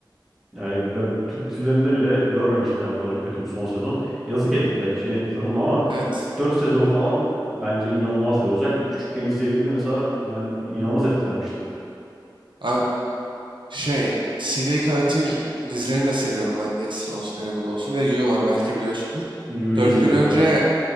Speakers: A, in the centre; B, on the right (about 80°).
A: Yani ben Türk dizilerinde bile görmemiştim yani bu kadar kötü bir son sezon. Yazık ettiler, için ettiler onun ama
B: Evet.
A: ilk 4 sezonu falan bence inanılmazdı. Özellikle küçükken izlediğimde mesela ben inanılmaz etkilenmiştim.
B: Abi şey seri katil dizilerini de seviyorum ben. Dexter olsun, Hannibal olsun. Bir de You var belki biliyorsundur.
A: Yu'yu
B: Dört
A: izledim
B: gün önce
A: evet.